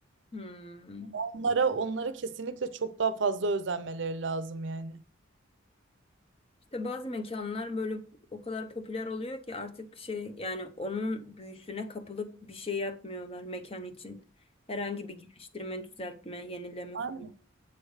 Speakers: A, on the left; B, on the right.
A: Hmm.
B: Onlara onlara kesinlikle çok daha fazla özenmeleri lazım yani.
A: İşte bazı mekanlar böyle o kadar popüler oluyor ki artık şey yani onun büyüsüne kapılıp bir şey yapmıyorlar mekan için. Herhangi bir geliştirme, düzeltme, yenileme falan.
B: Evet.